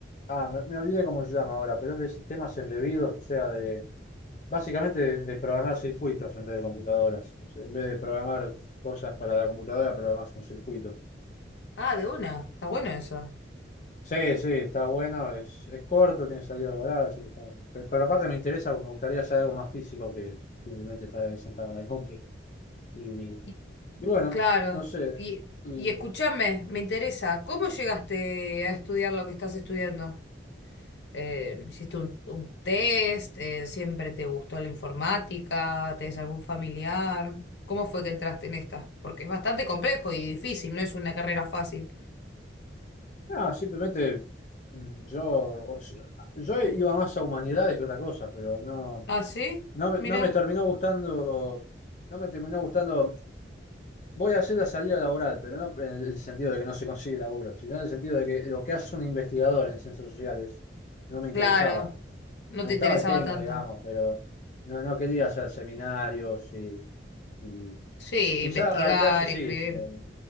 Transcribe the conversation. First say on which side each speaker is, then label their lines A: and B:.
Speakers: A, on the left; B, on the left.
A: Ah, me, me olvidé cómo se llama ahora, pero es de sistemas embebidos, o sea, de básicamente de, de programar circuitos en vez de computadoras. O sea, en vez de programar cosas para la computadora, programas un circuito.
B: Ah, de una, está bueno eso.
A: Sí, sí, está bueno, es, es corto, tiene salida de volada, así que está bueno. Pe- Pero, aparte me interesa, me gustaría hacer algo más físico que simplemente estar ahí sentado en la compu. Y,
B: Y-
A: y bueno,
B: claro,
A: no sé.
B: y,
A: y
B: y escúchame, me interesa, ¿cómo llegaste a estudiar lo que estás estudiando? Eh, ¿hiciste un, un test? Eh, ¿siempre te gustó la informática? ¿Tenés algún familiar? ¿Cómo fue que entraste en esta? Porque es bastante complejo y difícil, no es una carrera fácil.
A: Ah, simplemente mm, yo, o sea, yo iba más a humanidades que otra cosa, pero no,
B: ¿Ah, sí?
A: no, me-
B: Mira.
A: no me terminó gustando, no me terminó gustando. Voy a hacer la salida laboral, pero no en el sentido de que no se consigue laburo, sino en el sentido de que lo que hace un investigador en ciencias sociales no me
B: Claro,
A: interesaba.
B: no
A: Me
B: te
A: gustaba
B: interesaba
A: el tema,
B: tanto.
A: digamos, pero no, no quería hacer seminarios y, y
B: Sí,
A: quizá
B: investigar
A: dar clases
B: y
A: sí,
B: escribir
A: pero